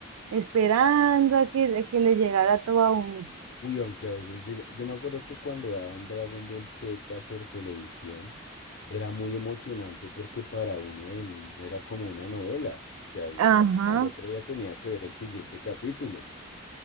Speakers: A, on the right; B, on the left.
A: esperando a que, a que le llegara todo a uno.
B: Uy, aunque a veces diga, yo me acuerdo que cuando daban Dragon Ball Z por televisión, era muy emocionante porque para uno de niño era como una novela. O sea, uno
A: Ajá.
B: al otro día tenía que ver el siguiente capítulo,